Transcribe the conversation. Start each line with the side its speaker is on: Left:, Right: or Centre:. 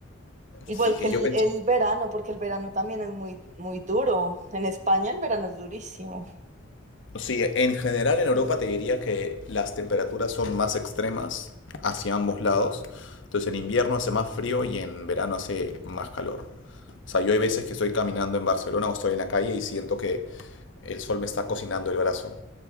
Right: Igual
Left: Sí,
Right: que
Left: que
Right: el,
Left: yo pens-
Right: el verano, porque el verano también es muy, muy duro. En España el verano es durísimo.
Left: sí, en general en Europa te diría que las temperaturas son más extremas hacia ambos lados. Entonces en invierno hace más frío y en verano hace más calor. O sea, yo hay veces que estoy caminando en Barcelona o estoy en la calle y siento que el sol me está cocinando el brazo,